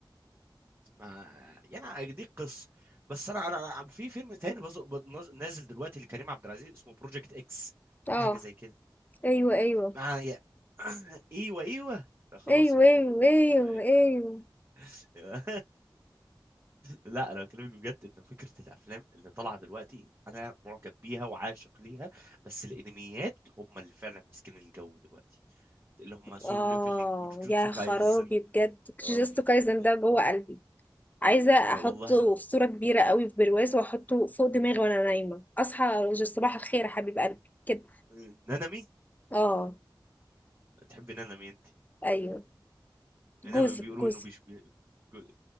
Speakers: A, on the right; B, on the left.
A: ما يعني دي قصه بس انا انا أنا- في فيلم تاني بز- بنز- نازل دلوقتي لكريم عبد العزيز اسمه بروجكت اكس
B: اه
A: حاجه زي كده
B: ايوه ايوه
A: معايا <coughs> <clears throat> ايوه ايوه لا خلاص
B: ايوه
A: احنا
B: ايوه
A: ما- ما
B: ايوه
A: نتك-
B: ايوه
A: <laughs> يا- لا انا بكلمك بجد ان فكره الافلام اللي طالعه دلوقتي انا معجب بيها وعاشق ليها بس الانميات هم اللي فعلا ماسكين الجو دلوقتي اللي هم سولو
B: اه
A: ليفلينج وجوجوتسو
B: يا
A: كايزن
B: خرابي بجد
A: آه،
B: جوجوتسو
A: في-
B: كايزن
A: ده,
B: ده جوه قلبي عايزه
A: ده
B: احطه
A: والله العظيم
B: في صوره كبيره قوي في برواز واحطه فوق دماغي وانا نايمه اصحى أقول صباح الخير يا حبيب قلبي كده
A: ن- نانامي
B: اه
A: تحب نانامي انت
B: ايوه جوزي
A: نانامي بيقولوا
B: جوزي
A: انه بيش بي... جو-